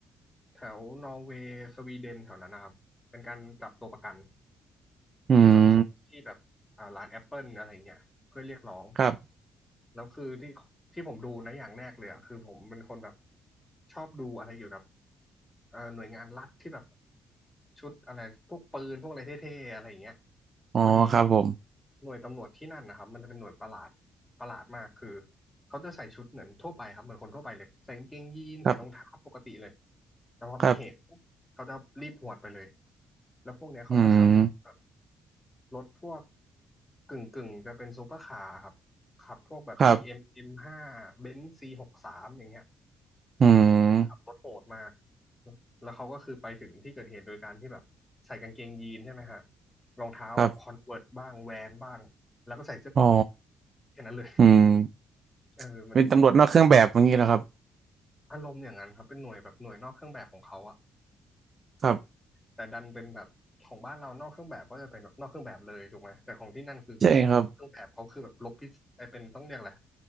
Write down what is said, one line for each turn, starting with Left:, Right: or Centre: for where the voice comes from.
Left: แถวนอร์เวย์สวีเดนแถวนั้นนะครับเป็นการจับตัวประกัน
Right: อืม
Left: ที่แบบส่งที่แบบอ่าร้านแอปเปิลอะไรเงี้ยเพื่อเรียกร้อง
Right: ครับ
Left: แล้วคือที่ที่ผมดูนะอย่างแรกเลยอะคือผมเป็นคนแบบชอบดูอะไรเกี่ยวกับเอ่อหน่วยงานรัฐที่แบบชุดอะไรพวกปืนพวกอะไรเท่ๆอะไรอย่างเงี้ย
Right: อ๋อครับผม
Left: พอดีหน่วยตำรวจที่นั่นนะครับมันจะเป็นหน่วยประหลาดประหลาดมากคือเขาจะใส่ชุดเหมือนทั่วไปครับเหมือนคนทั่วไปเลยใส่กางเกงยีนใส่รองเท้าปกติเลย
Right: ครับ
Left: แต่พอมีเหตุปุ๊บเขาจะรีบหวดไปเลย
Right: ครับ
Left: แล้วพวกเนี้ยเขาจะขับรถแบบ
Right: อืม
Left: รถพวกกึ่งกึ่งจะเป็นซูเปอร์คาร์ครับขับพวกแบบ
Right: ครับ
Left: BM M5 เอ็มเอ็มห้าเบนซ์ C63 อย่างเงี้ย
Right: อืม
Left: ขับรถโหดมากแล้วเขาก็คือไปถึงที่เกิดเหตุโดยการที่แบบใส่กางเกงยีนใช่ไหมฮะรองเท้าแบบคอนเวิร์บ้างแวนบ้างแล้วก็ใส่เสื้อเกราะ
Right: ครับอ๋อ
Left: แค่นั้นเลย
Right: อืม
Left: <laughs> เออมันผมเลยก็เลยไปดู
Right: เป็นตำรวจนอกเครื่องแบบอย่างนี้เหรอครับ
Left: อารมณ์อย่างนั้นครับเป็นหน่วยแบบหน่วยนอกเครื่องแบบของเขาอะ
Right: ครับ
Left: แต่ดันเป็นแบบของบ้านเรานอกเครื่องแบบก็จะเป็นแบบนอกเครื่องแบบเลยถูกไหมแต่ของที่นั่นคือ
Right: ใช่ครับ
Left: เครื่องแบบเขาคือแบบลบพิษไอเป็นต้องเรียกอะไร